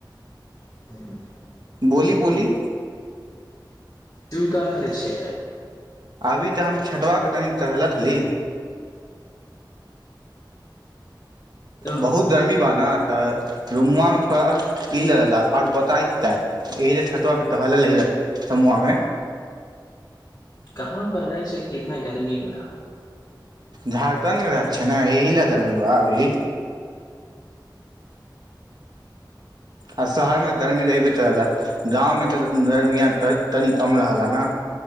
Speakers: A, on the left; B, on the right.
A: <inaudible>
B: बोली बोली
A: तु का करे छे
B: अभी तऽ हम छतवापर तनि टहलथि ही
A: तो
B: बहुत गर्मी बान तऽ रुमुआमे थोड़ा ई लक आओर बोता टाइप एहि ल छठआ प टहलल समुआमे
A: कहाँ पर रहै छै कि इतना गर्मी बड़ा
B: झारखण्डमे रह छै ने एहि लए दी बा अभी आ शहरमे तऽ गर्मी रहहिबे करलए गाँवमे तऽ गर्मियाँ तनि कम रहलए ने